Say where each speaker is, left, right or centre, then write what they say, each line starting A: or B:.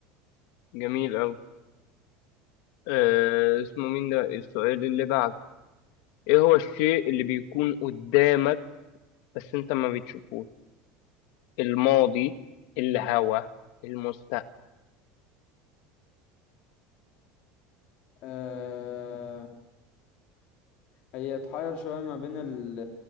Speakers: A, on the left (about 60°); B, on the left (about 45°).
A: جميل أوي آه اسمه مين ده السؤال اللي بعده ايه هو الشيء اللي بيكون قدامك بس انت ما بتشوفوش الماضي الهوا المستقبل
B: آه هي اتحير شوية ما بين ال-